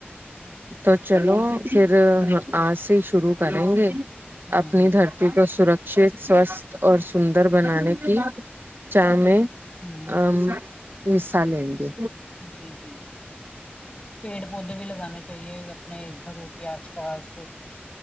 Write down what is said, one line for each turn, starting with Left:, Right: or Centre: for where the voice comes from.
Right: تو چلو
Left: ہوں
Right: پھر آجسے شروع کریں گے
Left: ہ
Right: اپنی دھرتی کو سرکشت سوستھ اور سندر بنانے کی چاہ میں
Left: ہ
Right: ا حصہ لیں گے
Left: جی جی پیڑ پودے بھی لگانے چاہیے اپنے گھروں کے آس پاس